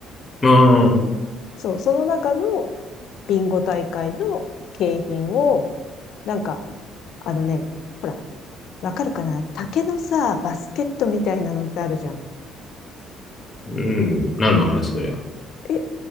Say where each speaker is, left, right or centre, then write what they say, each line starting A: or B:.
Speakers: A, on the left; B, on the left.
A: うん。ああ、
B: そう、その中のビンゴ大会の景品を、なんか、あのね、ほら、わかるかな竹のさ、バスケットみたいなのってあるじゃん。
A: うん。何の話そりゃ。
B: え、